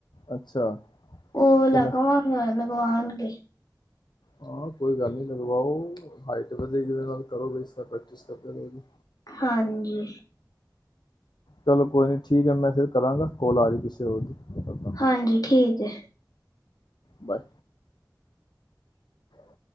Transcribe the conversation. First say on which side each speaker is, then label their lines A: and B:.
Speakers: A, on the left; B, on the left.
A: ਅੱਛਾ
B: <unintelligible>
A: ਚਿਨਫ
B: ਹੋ ਆਉਣਗੇ
A: ਹਾਂ ਕੋਈ ਗੱਲ ਨੀ ਲਗਵਾਓ, ਹਾਈਟ ਵਧੀ ਕਿਦੇ ਨਾਲ ਕਰੋ ਬ ਇਸ ਨਾਲ ਪ੍ਰੈਕਟਿਸ ਕਰਦੇ ਰਹੋ
B: ਹਾਂਜੀ
A: ਚਲੋ ਕੋਈ ਨੀ ਠੀਕ ਹੈ ਮੈਂ ਫਿਰ ਕਰਾਂਗਾ ਕੋਲ ਆ ਰਹੀ ਕਿਸੇ ਹੋਰ ਦੀ ਕਰਦਾ
B: ਹਾਂਜੀ ਠੀਕ ਹੈ
A: ਬਾਏ <inaudible>